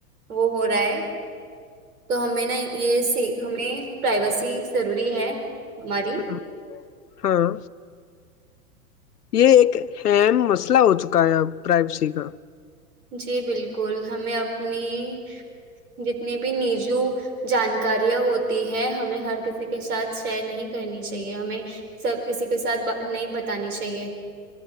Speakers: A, on the right (about 70°); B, on the left (about 80°).
A: وہ ہو رہا ہے تو ہمیں نا یہ س ہمیں پرائیویسی ضروری ہے ہماری
B: ہ ہاں یہ ایک ام مسئلہ ہو چکا ہے اب پرائبسی کا
A: جی بالکل ہمیں اپنی جتنی بھی نیجو جانکاریاں ہوتی ہے ہمیں ہر کسی کے ساتھ شیئر نہیں کرنی چاہیے ہمیں سب کسی کے ساتھ نہیں بتانی چاہیے